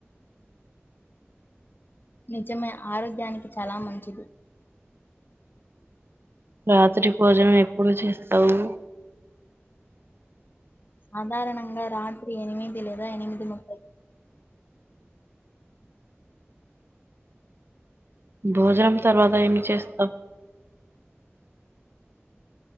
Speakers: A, on the left; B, on the right.
A: నిజమే ఆరోగ్యానికి చాలా మంచిది.
B: రాత్రి భోజనం ఎప్పుడు చేస్తావు
A: సాధారణంగా రాత్రి ఎనిమిది లేదా ఎనిమిది ముప్పై
B: భోజనం తర్వాత ఏమి చేస్తాం